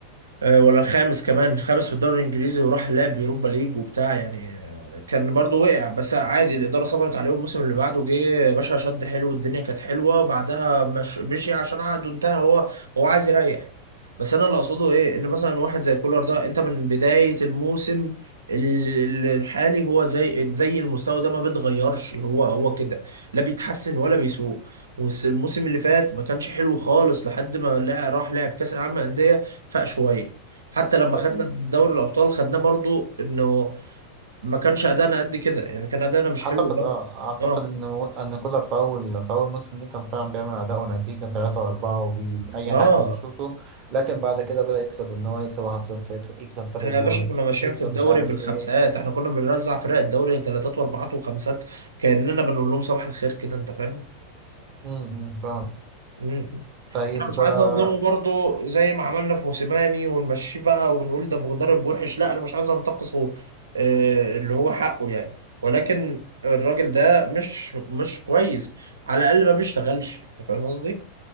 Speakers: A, on the right (about 75°); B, on the right (about 40°).
A: آه، ولا الخامس كمان الخامس في الدوري الانجليزي وراح لعب يوروبا ليج وبتاع يعني آه، كان برضو وقع بس عادي الاداره صبرت عليه والموسم اللي بعده جه يا باشا شد حلو والدنيا كانت حلوه وبعدها مش مشي عشان عقده انتهى هو هو عايز يريح بس انا اللي اقصده ايه ان مثلا واحد زي كولر ده انت من بدايه الموسم ال- ال- الحالي هو زي زي المستوى ده ما بيتغيرش هو هو كده لا بيتحسن ولا بيسوء والموسم اللي فات ما كانش حلو خالص لحد ما لع- راح لعب كاس العالم للانديه فاق شويه حتى لما
B: لكن
A: خدنا دوري الابطال خدناه برضو انه ما كانش ادانا قد كده يعني كان ادانا مش حلو
B: اعتقد
A: برضو
B: اه اعتقد
A: اه
B: ان ان كولر في اول في اول موسم ليه كان فعلا بيعمل اداء ونتيجه 3 و4 وبي اي
A: اه
B: حد بيشوطه لكن بعد كده بدأ يكسب ان هو يكسب 1-0 يكسب فرق
A: احنا
B: جول
A: يا باشا كنا ماشيين
B: يكسب
A: في الدوري
B: مش عارف
A: بالخمسات
B: ايه
A: احنا كنا بنرزع فرق الدوري ثلاثات واربعات وخمسات كاننا بنقول لهم صباح الخير كده انت فاهم
B: امم إمم، فاهم
A: مم.
B: طيب
A: انا مش عايز
B: اه
A: اظلمه برضو زي ما عملنا في موسيماني ونمشيه بقى ونقول ده مدرب وحش لا انا مش عايز انتقصه آه، اللي هو حقه يعني ولكن الراجل ده مش مش كويس على الاقل ما بيشتغلش انت فاهم قصدي